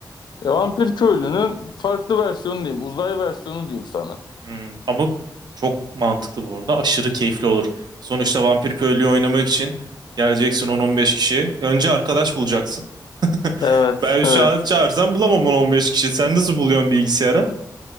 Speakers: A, on the left (about 75°); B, on the right (about 65°).
A: E, Vampir köylünün farklı versiyonu diyeyim, uzay versiyonu diyeyim sana.
B: Hmm. Ama çok mantıklı bu arada. Aşırı keyifli olur. Sonuçta vampir köylüyü oynamak için geleceksin 10-15 kişi. Önce arkadaş bulacaksın. <laughs>
A: Evet,
B: Ben şu
A: evet.
B: an çağırsam bulamam 10-15 kişi. Sen nasıl buluyorsun bilgisayara?